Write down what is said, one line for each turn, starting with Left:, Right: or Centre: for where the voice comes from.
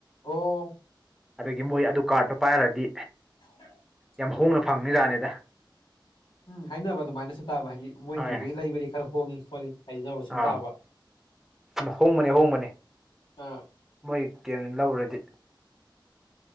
Left: ꯑꯣ
Centre: ꯑꯗꯒꯤ ꯃꯣꯏ ꯑꯗꯨ ꯀꯥꯔꯠꯇꯣ ꯄꯥꯏꯔꯗꯤ
Left: <unintelligible>
Centre: ꯌꯥꯝ ꯍꯣꯡꯅ ꯐꯪꯅꯤ ꯖꯥꯠꯅꯤꯗ
Left: ꯎꯝ ꯍꯥꯏꯅꯕ ꯑꯗꯨꯃꯥꯏꯅꯁꯨ ꯇꯥꯕ ꯍꯥꯏꯗꯤ ꯃꯣꯏꯗꯨꯗꯒꯤ
Centre: ꯍꯣꯏ
Left: ꯂꯩꯕꯗꯤ ꯈꯔ ꯍꯣꯡꯉꯤ ꯈꯣꯠꯂꯤ ꯍꯥꯏꯅꯕ ꯁꯨꯝ
Centre: ꯑꯥ
Left: ꯇꯥꯕ
Centre: ꯍꯣꯡꯕꯅꯤ ꯍꯣꯡꯕꯅꯦ
Left: ꯑꯥ
Centre: ꯃꯣꯏ ꯀꯦꯝ ꯂꯧꯔꯗꯤ